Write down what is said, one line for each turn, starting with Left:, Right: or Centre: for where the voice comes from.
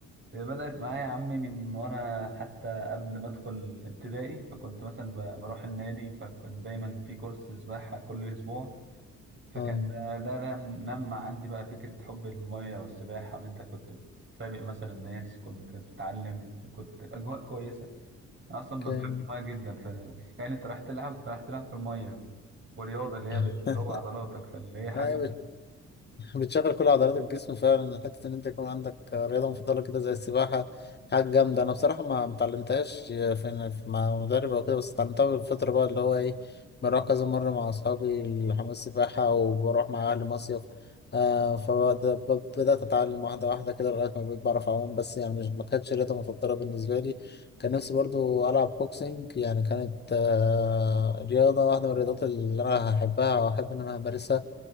Right: بدات معايا يا عمي من وانا حتى قبل ما ادخل ابتدائي فكنت مثلا ب- بروح النادي فكان دايما في كورس سباحه كل اسبوع فكان
Left: اه
Right: ده ده ده نمى عندي بقى فكره حب الميه والسباحه وان انت كنت بتسابق مثلا الناس كنت بتتعلم كنت اجواء كويسه أنا اصلا ما
Left: كان
Right: بحبش الميه جدا فتخيل انت رايح تلعب رايح تلعب في الميه ورياضه اللي هي
Left: <laughs>
Right: بتقوي عضلاتك فاللي هي حاجه
Left: ايوه بتشغل كل عضلات الجسم فعلا حتة إن أنت يكون عندك رياضة مفضلة كده زي السباحة حاجة جامدة أنا بصراحة ما متعلمتهاش في في- مع مدرب أو كده بس اتعلمتها بالفترة بقى اللي هو إيه بروح كذا مرة مع أصحابي الحمام السباحة وبروح مع أهلي مصيف آه فبدأت أتعلم واحدة واحدة كده لغاية ما بقيت بعرف أعوم بس يعني مش ما كانتش رياضة مفضلة بالنسبة لي كان نفسي برضو ألعب بوكسينج يعني كانت آه رياضة واحدة من الرياضات اللي أنا هحبها وأحب إن أنا أمارسها